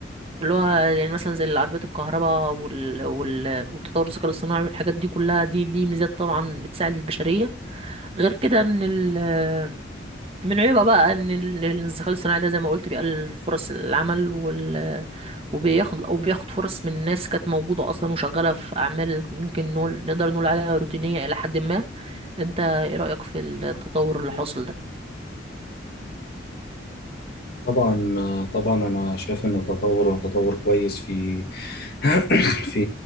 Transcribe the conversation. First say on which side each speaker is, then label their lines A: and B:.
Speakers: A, on the right; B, on the left.
A: اللي هو يعني مثلا زي العربيات الكهرباء وال... وال... والتطور الذكاء الاصطناعي والحاجات دي كلها دي دي ميزات طبعا بتساعد البشرية غير كده إن ال... من عيوبها بقى إن ال- الذكاء الاصطناعي ده زي ما قلت بيقلل فرص العمل وال... وبياخد أو بياخد فرص من ناس كانت موجودة أصلا وشغالة في أعمال ممكن نقول نقدر نقول عليها روتينية إلى حد ما انت ايه رأيك في التطور اللي حاصل ده
B: طبعا طبعا انا شايف ان التطور هو تطور كويس في <coughs> <clears throat> في